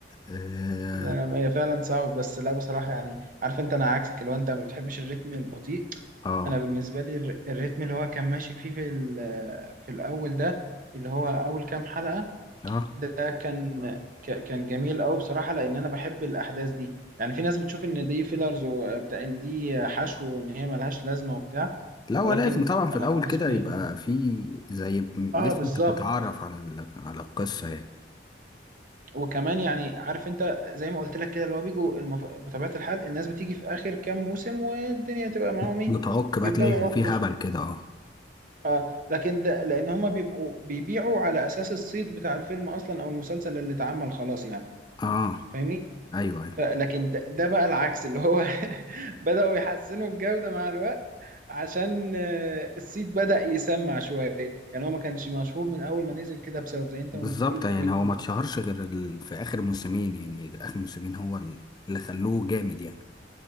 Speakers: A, on the left; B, on the right.
A: اه
B: لا، هي فعلا صعبة بس لا بصراحة يعني عارف أنت أنا عكسك اللي هو أنت ما بتحبش الريتم البطيء
A: اه
B: أنا بالنسبة لي الر- الريتم اللي هو كان ماشي فيه في ال- في الأول ده اللي هو أول كام حلقة
A: آه.
B: ده كان ك- كان جميل قوي بصراحه لان انا بحب الاحداث دي يعني في ناس بتشوف ان دي فيلرز وبتاع ان دي حشو وان هي ملهاش لازمه وبتاع
A: لا هو
B: ولكن
A: لازم طبعا في
B: انا
A: الاول
B: بالنسبه
A: كده يبقى
B: لي
A: في زي م-
B: اه
A: لسه
B: بالظبط
A: انت بتتعرف على ال... على القصه يعني
B: وكمان يعني عارف انت زي ما قلت لك كده اللي هو بيجوا المف... بطبيعه الحال الناس بتيجي في اخر كام موسم والدنيا تبقى معاهم
A: بت-
B: ايه
A: بتعك
B: بيبداوا
A: بقى تلاقي في
B: يعكوا
A: هبل
B: شوية.
A: كده اه
B: اه لكن ده لان هما بيبقوا بيبيعوا على اساس الصيت بتاع الفيلم اصلا او المسلسل اللي اتعمل خلاص يعني
A: اه
B: فاهمني
A: ايوه ايوه
B: ف- لكن ده, ده بقى العكس اللي هو <laughs> بدأوا يحسنوا الجودة مع الوقت عشان آه، الصيت بدأ يسمع شوية يعني هو ما كانش مشهور من أول ما نزل كده بسبب زي أنت
A: بالظبط
B: ما بتقول الريتم
A: يعني هو
B: البطيء
A: ما اتشهرش غير ال... في اخر موسمين يعني اخر موسمين هو ال- اللي خلوه جامد يعني